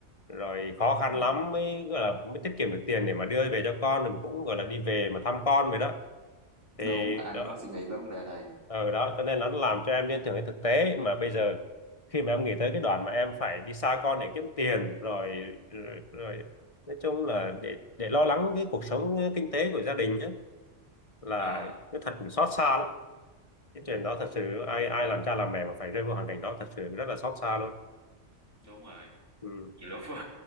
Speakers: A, on the left; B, on the right.
A: rồi khó khăn
B: ừ
A: lắm mới gọi là mới tiết kiệm được tiền để mà đưa về cho con rồi cũng gọi là đi về mà thăm con vậy đó thì
B: đúng anh
A: đó,
B: có suy nghĩ về vấn đề này
A: ừ đó cho nên nó làm cho em liên tưởng đến thực tế mà bây giờ khi mà em nghĩ tới cái đoạn mà em phải đi xa con để kiếm tiền rồi rồi, rồi nói chung là để để lo lắng cái cuộc sống kinh tế của gia đình nhé là
B: à
A: cái thật cũng xót xa lắm cái chuyện đó thật sự ai ai làm cha làm mẹ mà phải rơi vào hoàn cảnh đó thật sự rất là xót xa luôn
B: đúng rồi
A: ừ
B: nhiều lúc <laughs>